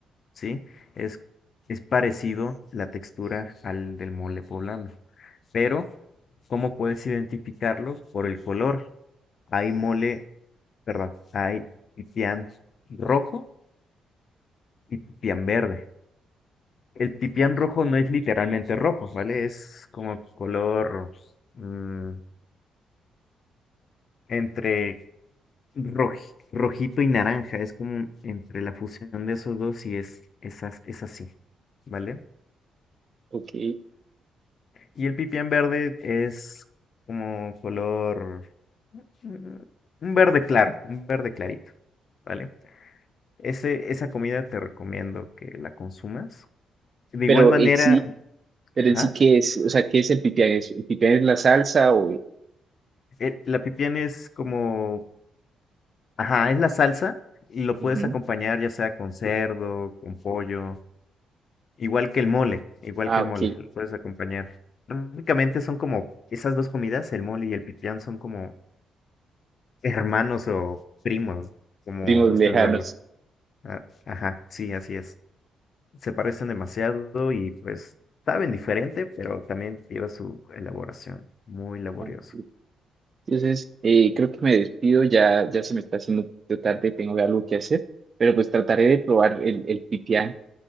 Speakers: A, on the left; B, on the right.
A: ¿sí? Es, es parecido la textura al del mole poblano. Pero, ¿cómo puedes identificarlo? Por el color. Hay mole, perdón, hay pipián rojo y pipián verde. El pipián rojo no es literalmente rojo, ¿vale? Es como color... mm, entre roj- rojito y naranja, es como entre la fusión de esos dos y es, es, as- es así, ¿vale?
B: ok.
A: Y el pipián verde es como color, mm, un verde claro, un verde clarito, ¿vale? Ese, esa comida te recomiendo que la consumas. De
B: Pero
A: igual manera,
B: en sí, pero
A: ajá,
B: en sí, ¿qué es? O sea, ¿qué es el pipián? ¿Es- ¿El pipián es la salsa o...?
A: el- la pipián es como, ajá, es la salsa y lo puedes
B: Ujú.
A: acompañar ya sea con cerdo, con pollo, Igual que el mole, igual
B: Ah,
A: que el
B: ok.
A: mole, lo puedes acompañar. Prácticamente son como esas dos comidas, el mole y el pipián, son como hermanos o primos, como
B: Primos
A: gustes
B: lejanos.
A: verlo. Ah, Ajá, sí, así es. Se parecen demasiado y pues saben diferente, pero también lleva su elaboración, muy laborioso.
B: Ok. Entonces, eh, creo que me despido, ya, ya se me está haciendo un poquito tarde, tengo algo que hacer, pero pues trataré de probar el, el pipián.